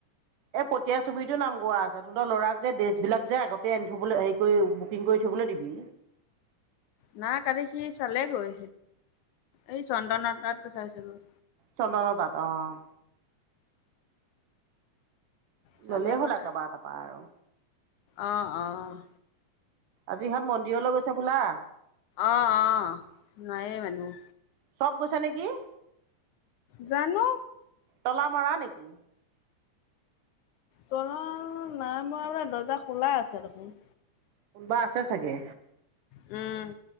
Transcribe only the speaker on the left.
নাই কালি সি চালেগৈ, এই চন্দন তাত চাইছিলগৈ।
চালেগৈ
তাত
অ', অ'।
অ', অ' নায়েই মানুহ।
জানো।
তলা নাই মৰা মানে, দৰ্জা খোলা আছে দেখোন।
উম,